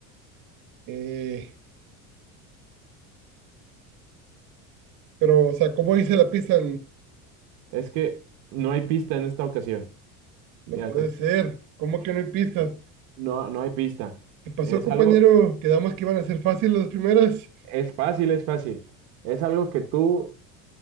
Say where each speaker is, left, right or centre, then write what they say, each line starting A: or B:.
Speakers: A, on the right; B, on the right.
A: Eh, pero, o sea, ¿cómo hice la pista?
B: Es que no hay pista en esta ocasión. Mira,
A: No puede
B: te-
A: ser. ¿Cómo que no hay pistas?
B: no, no hay pista.
A: ¿Qué pasó,
B: Es
A: compañero?
B: algo,
A: Quedamos que iban a ser fáciles las primeras.
B: es fácil, es fácil. Es algo que tú